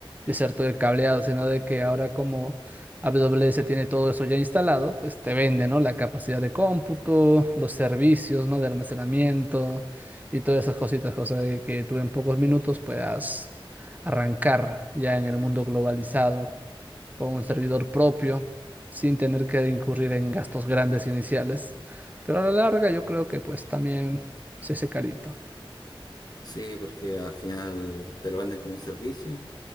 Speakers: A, on the right (about 20°); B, on the left (about 50°).
A: y hacer todo el cableado, sino de que ahora como AWS tiene todo eso ya instalado, pues te vende, ¿no? La capacidad de cómputo, los servicios, ¿no? De almacenamiento y todas esas cositas, cosas de que tú en pocos minutos puedas arrancar ya en el mundo globalizado con un servidor propio sin tener que incurrir en gastos grandes iniciales. Pero a la larga yo creo que pues también se hace carito.
B: Sí, porque al final te lo venden como un servicio